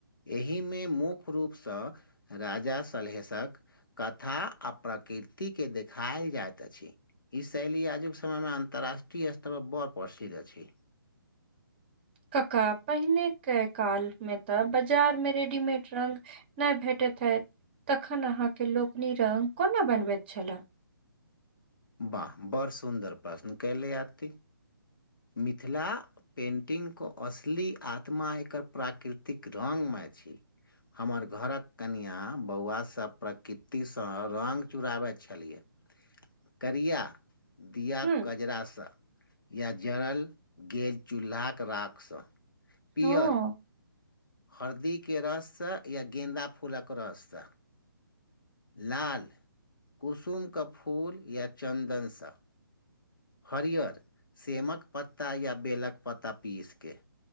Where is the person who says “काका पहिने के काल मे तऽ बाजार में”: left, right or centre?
Right